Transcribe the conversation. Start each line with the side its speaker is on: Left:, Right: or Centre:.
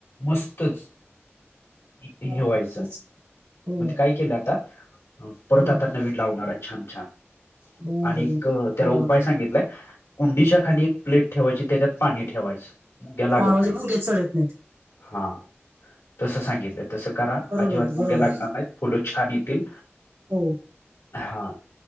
Left: मस्तच हेवा्हायच
Right: हा, तेच की. होय
Left: मग ते काय केलं आता परतता
Right: हम्म.
Left: नवीड लावणार आहे छान छान
Right: बर
Left: आणि
Right: बर
Left: त्याला
Right: लावा
Left: उपाय
Right: लावा.
Left: सांगित कुंडीच्या खाणी एक प्लेट ठेवायची त्याच्यात पाणी ठेवायच घ्या लागत
Right: हा म्हणजे
Left: नाही
Right: मुंग्या चढत नाहीत
Left: हा तसं सांगितलं तसं करा
Right: बरोबर
Left: अजिबात
Right: आहे,
Left: मुग्या
Right: बरोबर
Left: ला
Right: आहे
Left: नाही फुलं छान येतील
Right: हो
Left: हा